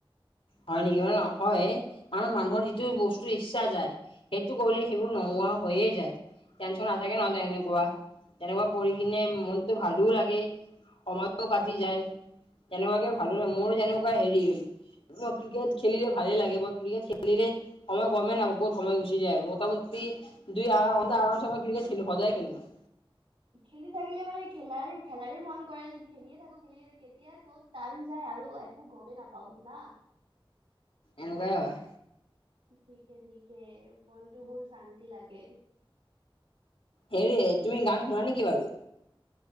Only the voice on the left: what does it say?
হয় নেকি?, অ, হয় মানে মানুহৰ যিটো বস্তু ইচ্ছা যায়, সেইটো কৰিলে সেইবোৰ ন গৰম হৈয়ে যায়। টেনচন নাথাকে নহ,
তেনেকুৱা-তেনেকুৱা কৰি
কিনে
মনতো ভালো লাগে। সময়ো কাটি যায়, তেনেকুৱাকে ভালো হয়, মোৰ যেনেকুৱা হেৰি অ, ক্ৰিকেট খেলিলে ভালে লাগিব ক্ৰিকেট খেলিলে সময় গমেই নাপায়, ক'ত সময় গুচি যায় আৰু মোটামুটি। দুই আধা ঘণ্টা আৰমছে মই ক্ৰিকেট খেলো, সদায় খেলো মই।
এনেকুৱাই হয়।
হেৰি তুমি গান শুনা নেকি বাৰু?